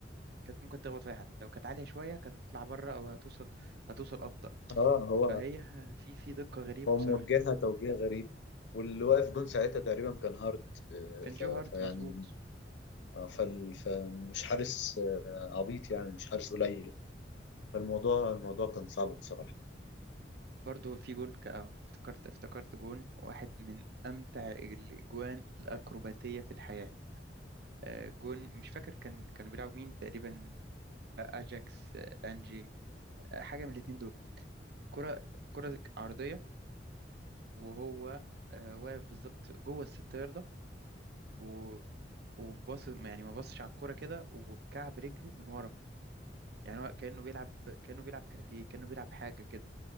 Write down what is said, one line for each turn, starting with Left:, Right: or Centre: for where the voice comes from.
Right: كانت ممكن تخبط في أي حد لو كانت عالية شوية كانت هتطلع بره أو هتوصل هتوصل أبطأ
Left: اه هو
Right: فهي في في دقة غريبة
Left: هو
Right: بصراحة
Left: موجهها توجيه غريب واللي واقف جون ساعتها تقريبا كان هارت آه،
Right: كان جو
Left: ف... فيعني
Right: هارت مظبوط
Left: آه، فال... فمش حارس آه، عبيط يعني مش حارس قليل فالموضوع الموضوع كان صعب بصراحة
Right: برضو في جون ك- آه، افتكرت افتكرت جون واحد من أمتع الأجوان الأكروباتية في الحياة آه، جون مش فاكر كان كانوا بيلعبوا مين تقريبا آه، أجاكس آه، أنجي آه، حاجة من الاتنين دول كرة كرة عرضية وهو آه، واقف بالظبط جوه الست ياردة و- وباص يعني ما باصش على الكرة كده وبكعب رجله من ورا يعني هو كأنه بيلعب كأنه بيلعب كاراتيه كأنه بيلعب حاجة كده